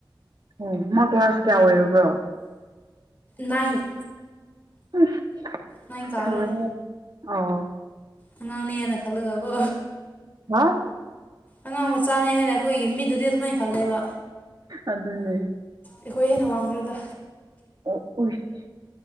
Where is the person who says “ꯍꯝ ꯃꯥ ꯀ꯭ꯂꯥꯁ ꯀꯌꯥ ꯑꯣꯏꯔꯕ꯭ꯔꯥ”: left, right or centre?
Right